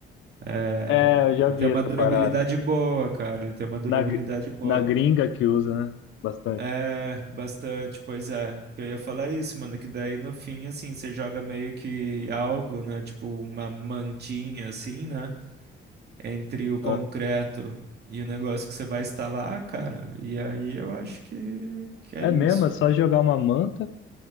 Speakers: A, on the right; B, on the left.
A: É,
B: É, eu já
A: Ele
B: vi
A: tem uma
B: essa
A: durabilidade
B: parada.
A: boa, cara. Ele tem uma durabilidade
B: Na, gr-
A: boa.
B: na gringa que usa, né? Bastante.
A: É, bastante, pois é. Eu ia falar é isso, mano, que daí no fim, assim, você joga meio que algo, né? Tipo uma mantinha, assim, né? entre o concreto
B: Ah,
A: e o negócio que você vai instalar, cara. E aí eu acho que, que é
B: É
A: isso.
B: mesmo, é só jogar uma manta.